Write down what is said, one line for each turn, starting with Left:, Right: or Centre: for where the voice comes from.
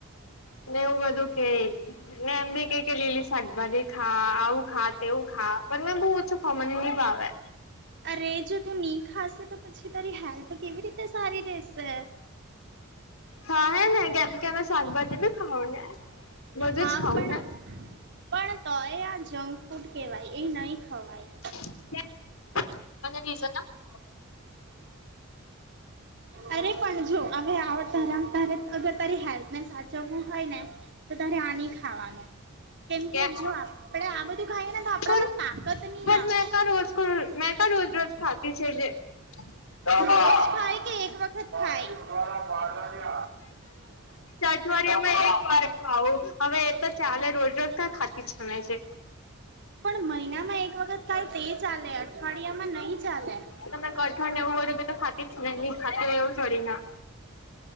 Left: ને એવું બધું કે ને એમ બી કઈ કે લીલી શાકભાજી ખાઆવું ખા તેવું ખા પણ મેં બહુ ઓછું ખા મને નહી ભાવે.
Right: અરે જો તું નહી ખાશે તો પછી તારી હેલ્થ કેવી રીતે સારી રેશે?
Left: હા હે ને કે કેમે શાકભાજી બી ખાવ ને બધું
Right: હા
Left: જ
Right: પણ
Left: ખાવં ને.
Right: પણ તો એ આ જંક ફૂડ કહેવાય એ નહી ખવાય.
Left: <inaudible>
Right: અરે પણ જો હવે આવ તારાં તારી હેલ્પ ને સા ચવું હોય ને તો તરે આ નહીં ખાવાનું. કેમકે
Left: કે
Right: જો આપડે આ બધું ખાઈએ ને તો આપણામાં
Left: પણ
Right: તાકત નહી
Left: પણ મેં
Right: આવે.
Left: <unintelligible> રોજ રોજ ખાતી છે, જે <unintelligible>
Right: રોજ
Left: <inaudible>
Right: ખાય કે એક વખત ખાય
Left: <unintelligible> હવે એ તો ચાલે રોજ રોજ ક ખાતી જ <unintelligible> છે.
Right: પણ મહિનામાં એક વખત કઈ તે ચાલે અઠવાડિયા માં નહી ચાલે.
Left: તમે કઠોણને એવું બ્યું બી તો ખાતી જ નહી ખાતી હોય એવું ખાતી એવું થોડી ના